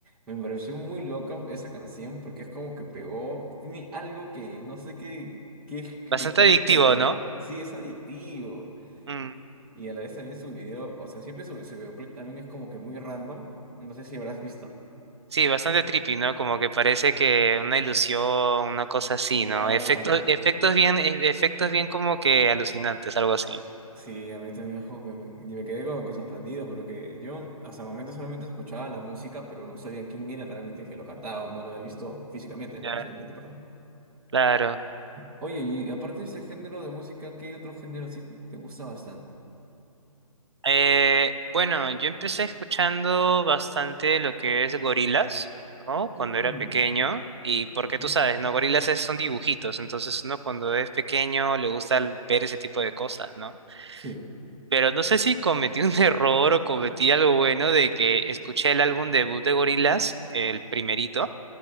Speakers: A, in the centre; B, on the right (about 45°).
A: me pareció muy loca esa canción porque es como que pegó, tiene algo que no sé qué, qué es que
B: bastante
A: cacha
B: adictivo,
A: la cabana.
B: ¿no?
A: Sí, es adictivo.
B: Mm,
A: Y a la vez también su video, o sea, siempre su, su videoclip también es como que muy random. No sé si habrás visto.
B: sí, bastante trippy, ¿no? Como que parece que una ilusión, una cosa así,
A: Claro.
B: ¿no? Efectos, efectos bien, e- efectos bien como que alucinantes, algo así.
A: Sí, a mí también es como que me, yo me quedé como que sorprendido porque yo hasta el momento solamente escuchaba la música, pero no sabía quién era realmente el que lo cantaba, o no lo había visto físicamente, no,
B: Ya.
A: visualmente, perdón.
B: Claro.
A: Oye, y aparte de ese género de música, ¿qué otro género sí te gusta bastante?
B: Eh, bueno, yo empecé escuchando bastante lo que es gorilas, ¿no?
A: Mm,
B: Cuando era pequeño. Y porque
A: ujú,
B: tú sabes, ¿no? Gorilas es- son dibujitos, entonces uno cuando es pequeño le gusta ver ese tipo de cosas, ¿no?
A: Sí.
B: Pero no sé si cometí un <laughs> error o cometí algo bueno de que escuché el álbum debut de Gorillaz, el primerito,